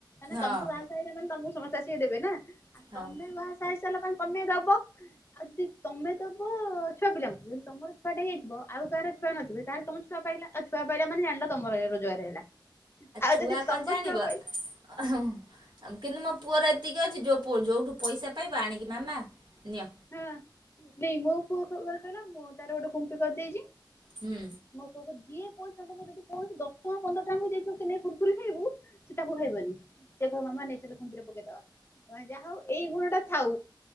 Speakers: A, on the left (about 30°); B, on the right (about 65°).
A: ନାଇ
B: ହଁ।
A: ତମେ ତ ବାହା ସାହା ହେଇନ ମାନେ ତମକୁ ସମସ୍ତେ ଆସିକି ଦେବେ ନା ଆଉ
B: ହଉ
A: ତମେ ବାହାସାହା ହେଇ ଚାଲ ତମେ ଦବ ଆଉ ଯଦି ତମେ ଦବ ଛୁଆ ପିଲାଙ୍କୁ ଯଦି ତମର ଛୁଆଟେ ହେଇଥିବ ଆଉ କାହାର ଛୁଆ ନଥିବ ତାହେଲେ ତମ ଛୁଆ ପାଇଲା ଆଉ ଛୁଆ ପାଇଲା ମାନ ଜାଣିଲ ତମର ହେଇଗ ରୋଜଗାର ହେଲା ଆଉ
B: ଛୁଆ
A: ଯଦି
B: କଣ
A: ତମ
B: ଜାଣିବ
A: ଛୁଆ ପାଇ
B: କିନ୍ତୁ ମୋ ପୁଅର ଏତିକି ଅଛି ଯୋଉ ଯୋଉଠୁ ପଇସା ପାଇବା ଆଣିକି ମାମା ନିଅ।
A: ହଁ ନାଇଁ ମୋ ପୁଅ କଣ କରେ କହିଲ ମୁଁ ତାର ଗୋଟେ କୁମ୍ପି କରିଦେଇଛି
B: ହୁଁ
A: ମୋ ପୁଅ ଯିଏ ପଇସା ତାମ ଯଦି କୌଣସି ଦଶ ଟଙ୍କା ପନ୍ଦର ଟଙ୍କା ବି ଦେଇଥିବ ନେ କି କୁୁରକୁରି ଖାଇବୁ ସେ ତାକୁ ଖାଇବନି। ସେ କହ ମାମା ନେଲ ଚାଲ କୁମ୍ପି ରେ ପକେଇଦବା ଯାହା ହଉ ଏଇ ଗୁଣ ଟା ଥାଉ।